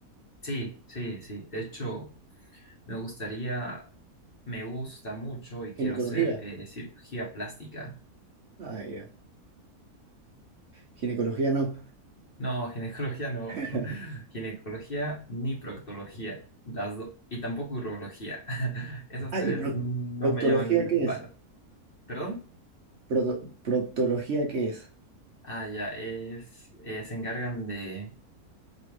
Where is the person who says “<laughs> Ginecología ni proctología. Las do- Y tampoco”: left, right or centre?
Left